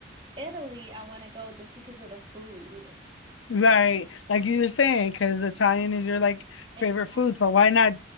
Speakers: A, on the right; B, on the left.
A: Italy, I want to go just because of the food.
B: right. Like you were saying, because Italian is your like
A: Exactly.
B: favorite food, so why not